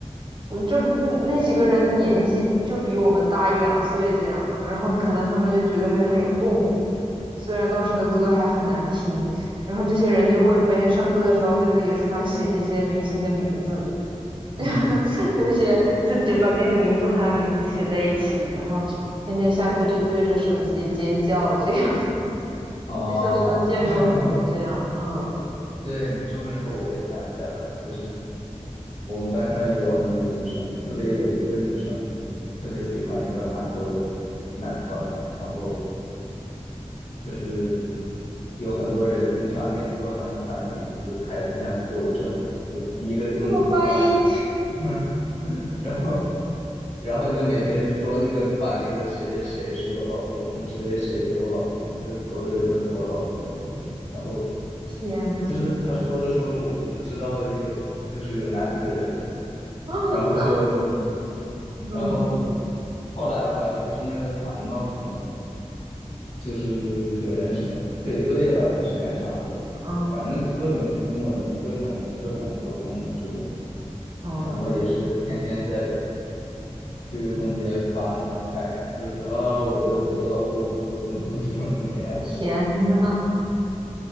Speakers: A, on the right; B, on the left.
A: 我就嗯那几个人的年纪就比我们大一两岁这样嘛，然后可能他们就觉得非常有共鸣，虽然当时的歌还很难听，然后这些人就会每天上课的时候在自己的书上写那些明星的名字，<laughs>
B: 嗯，
A: 就写自己把自己的名字和他的名字写在一起，然后天天下课就对着手机尖叫这样。<laughs>
B: 哦，
A: 就小时候见过很多这样的，
B: <laughs>
A: 嗯，
B: 对你这么一说，我也想起来了，就是我们班上也有很多女生，特别有一个女生特别喜欢一个韩国的男团，然后就是有很多人经常念错他们团的名字，他还经常纠正，就第一个字母不发音，
A: 一不发音，
B: <laughs> 然后然后就每天说那个团里的谁谁谁是我老公，谁谁谁是我老公，就所有人都是我老公，就是什么，然后
A: 天呐，
B: 就是他说着说着我都知道有就是有哪几个人嘛，
A: <laughs>
B: 然后
A: 嗯
B: 然后后来好像不是那个团闹什么。就是有人什么退队了还是干啥的，
A: 嗯
B: 反正各种新闻、各种各种活动的这种，
A: 嗯，
B: 然后也是天天在 QQ 空间发动态，就是说啊，我的我的老公怎么怎么怎么怎么怎么样，
A: 天呐。